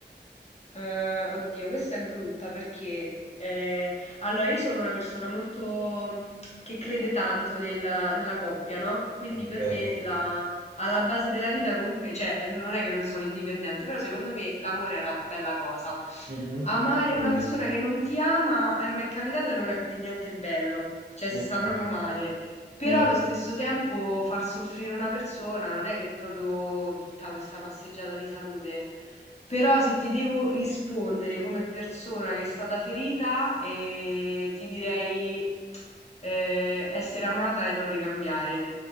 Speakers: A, on the left; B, on the right.
A: Eh, oddio, questa è brutta perché eh, allora io sono una persona molto che crede tanto nella nella coppia, no? Quindi
B: Ok.
A: per me la, alla base della vita comunque, cioè non è che non sono indipendente, però secondo me l'amore è una bella cosa.
B: Mhm.
A: Amare
B: Eh,
A: una persona che non ti ama eh, mi è capitato e non è per niente bello, cioè si
B: eh,
A: sta proprio male. Però
B: eh,
A: allo stesso tempo far soffrire una persona non è che è proprio tutta questa passeggiata di salute. Però se ti devo rispondere come persona che è stata ferita, eh, ti direi eh, essere amata e non ricambiare.